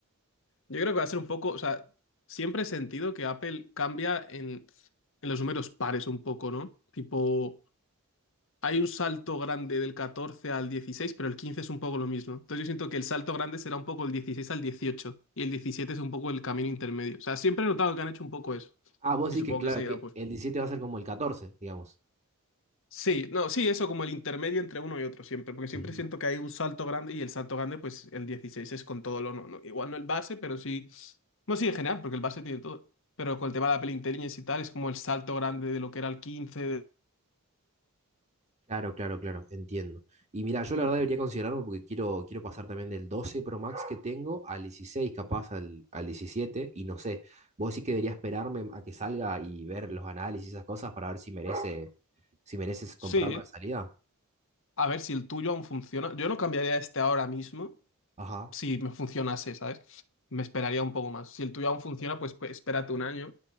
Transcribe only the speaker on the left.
yo creo que va a ser un poco, o sea, siempre he sentido que Apple cambia en, en los números pares un poco, ¿no? Tipo, hay un salto grande del 14 al dieciséis pero el 15 es un poco lo mismo. Entonces yo siento que el salto grande será un poco el 16 al 18 y el 17 es un poco el camino intermedio. O sea, siempre he notado que han hecho un poco eso.
Y
supongo
que seguirá
pues.
Sí, no, sí, eso como el intermedio entre uno y otro siempre, porque siempre
siento que hay un salto grande y el salto grande pues el 16 es con todo lo no, no- igual no el base, pero sí, no sí en general, porque el base tiene todo, pero con el tema de la peli Intelligence y tal es como el salto grande de lo que era el 15 de-
Mm,
Sí,
A ver si el tuyo aún funciona. Yo no cambiaría este ahora mismo
si me funcionase, ¿sabes? Me esperaría un poco más. Si el tuyo aún funciona, pues pues, espérate un año